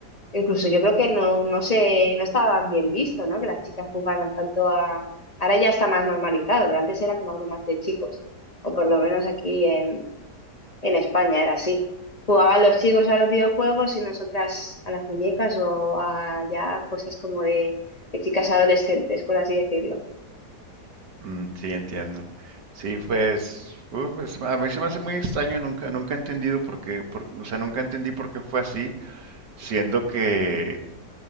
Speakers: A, on the left; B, on the right.
A: incluso yo creo que no, no sé, no estaban bien visto, ¿no? Que las chicas jugaran tanto a... Ahora ya está más normalizado, pero antes era como algo más de chicos, o por lo menos aquí en, en España era así. Jugaban los chicos a los videojuegos y nosotras a las muñecas o a ya cosas como de, de chicas adolescentes, por así decirlo.
B: Mm, sí, entiendo. Sí, pues, uh, pues, a mí se me hace muy extraño, nunca, nunca he entendido por qué, por- o sea, nunca entendí por qué fue así, siendo que